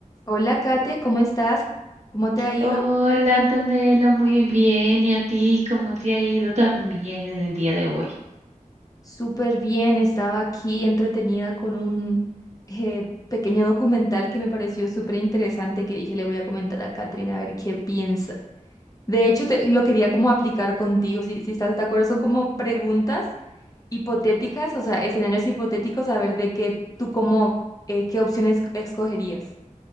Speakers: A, on the left; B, on the right.
A: Hola, Kate, ¿cómo estás? ¿Cómo te ha ido?
B: Hola Antonella, muy bien. ¿Y a ti cómo te ha ido también en el día de hoy?
A: Súper bien, estaba aquí entretenida con un eh, pequeño documental que me pareció súper interesante que dije le voy a comentar a Katrina a ver qué piensa. De hecho, te- lo quería como aplicar contigo, si, si estás de acuerdo, son como preguntas hipotéticas, o sea, escenarios hipotéticos, a ver de qué tú como, eh, qué opciones escogerías.